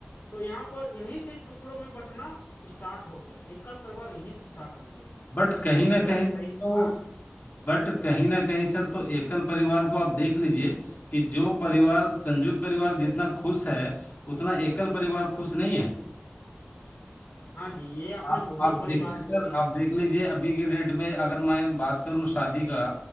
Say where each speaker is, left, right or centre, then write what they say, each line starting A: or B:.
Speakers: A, on the left; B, on the left.
A: तो यहाँ पर यहीं से टुकड़ों में बंटना स्टार्ट हो गया एकल परिवार यहीं से स्टार्ट हो गया
B: बट कहीं
A: क्या
B: ना कहीं
A: मैंने
B: तो
A: सही कहा
B: बट कहीं ना कहीं सर तो एकल परिवार को आप देख लीजिए कि जो परिवार संयुक्त परिवार जितना खुश है उतना एकल परिवार खुश नहीं है
A: हाँ जी ये आपने
B: आप
A: बहुत
B: आप
A: बड़ी
B: देखिए
A: बात
B: सर
A: बोली है
B: आप देख लीजिए अभी के डेट में अगर मैं बात करूं शादी का